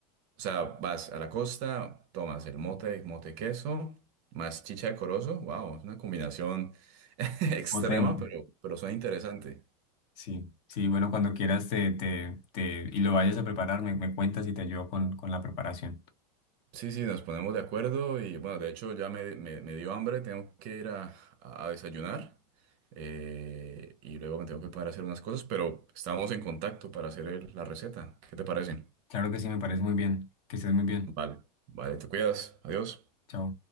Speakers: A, on the right; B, on the left.
A: O sea, vas a la costa, tomas el mote, mote queso, más chicha de corozo. Wow, es una combinación <laughs> extrema,
B: Potente.
A: pero, pero suena interesante.
B: Sí, sí, bueno, cuando quieras te, te, te, y lo vayas a preparar, me, me cuentas y te ayudo con, con la preparación.
A: Sí, sí, nos ponemos de acuerdo y bueno, de hecho ya me, me- me dio hambre, tengo que ir a, a desayunar eh, y luego me tengo que poner a hacer unas cosas, pero estamos en contacto para hacer el- la receta. ¿Qué te parece?
B: Claro que sí, me parece muy bien. Que estés muy bien.
A: Vale, vale, te cuidas. Adiós.
B: Chao.